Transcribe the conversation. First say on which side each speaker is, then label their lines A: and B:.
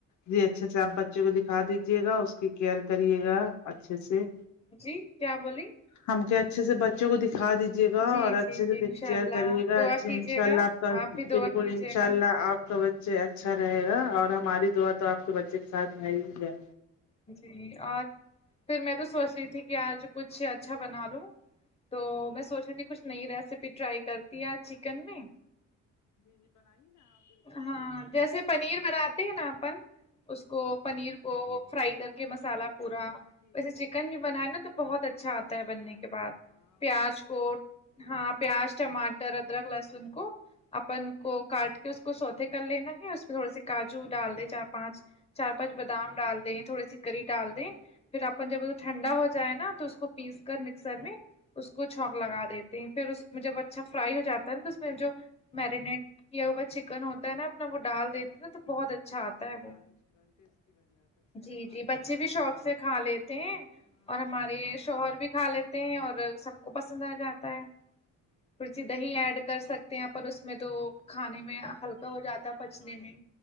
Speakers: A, on the left (about 70°); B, on the left (about 20°).
A: جی اچھے اچھا آپ بچے کو دکھا دیجیے گا اس کی کیئر کریے گا اچھے سے
B: جی کیا بولی
A: ہم کہ اچھے سے بچوں کو دکھا دیجیے جیے گا
B: جی
A: اور اچھے
B: جی
A: سے
B: جی انشاء
A: کیئر
B: اللہ
A: کریے گا
B: دعا
A: اچھا
B: کیجیے
A: ان شاء اللہ
B: گا
A: آپ کا
B: بھی دعا
A: بالکل
B: کیجیے
A: انشاء
B: گا
A: اللہ آپ کا بچ چے اچھا رہے گا اور ہماری دعا تو آپ کے بچے کے ساتھ ہے ہی ہے
B: جی اور پھر میں تو سوچ رہی تھی کہ آج کچھ اچھا بنا لوں تو میں سوچ رہی تھی کچھ نئی ریسیپی ٹرائی کرتی ہے چکن میں ہاں جیسے پنیر بناتے ہیں نا اپن اس کو پنیر کو فرائی کر کے مسالہ پورا ویسے چکن بھی بنائے نا تو بہت اچھا آتا ہے بننے کے بعد پیاز کو ہاں پیاز ٹما تر ادرک لہسن کو اپن کو کاٹ کے اس کو سوتے کر لینا ہے اس پہ تھوڑے س کاجو ڈال دے چار پانچ چار پانچ بادام ڈال دیں تھوڑی سی گری ڈال دیں پھر اپن جب ٹھنڈا ہو جائے نا تو اس کو پیس کر مکسر میں اس کو چونک لگا دیتے ہیں پھر اس میں جب اچھا فرائی ہو جاتا ہے تو اس میں جو مرینیٹ کیا ہوا چکن ہوتا ہے نا وہ ڈال دیتے نا تو بہت اچھا آتا ہے وہ جی جی بچے بھی شوق سے کھا لیتے ہیں اور ہمارے شوہر بھی کھا لیتے تے ہیں اور سب کو پسند آ جاتا ہے دہی ایڈ کر سکتے ہیں پر اس میں تو کھانے میں ہلکا ہو جاتا ہے پچنے میں